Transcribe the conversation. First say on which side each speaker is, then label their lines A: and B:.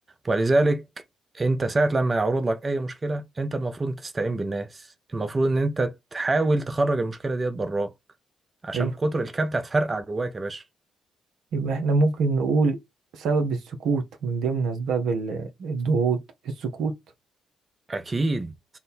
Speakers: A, on the right; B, on the right.
A: ولذلك انت ساعة لما يعرض لك اي مشكلة انت المفروض تستعين بالناس المفروض ان انت تحاول تخرج المشكلة ديت براك عشان
B: حلو
A: كتر الكبت هتفرقع جواك يا باشا
B: يبقى احنا ممكن نقول سبب السكوت من ضمن اسباب ال- الضغوط السكوت
A: أكيد